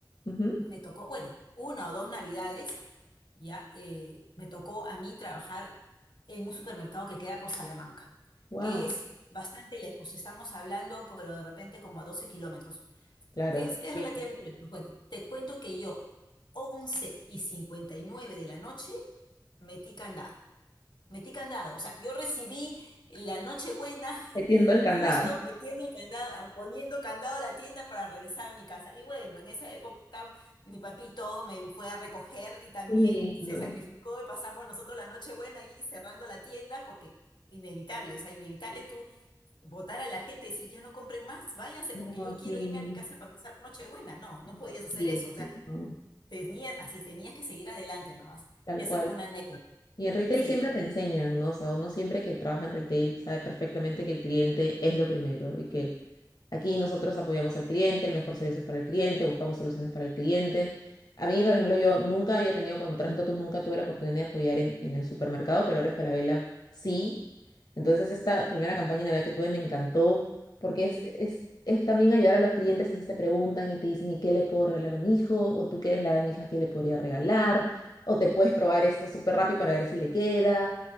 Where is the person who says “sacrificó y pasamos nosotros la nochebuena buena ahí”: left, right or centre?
Left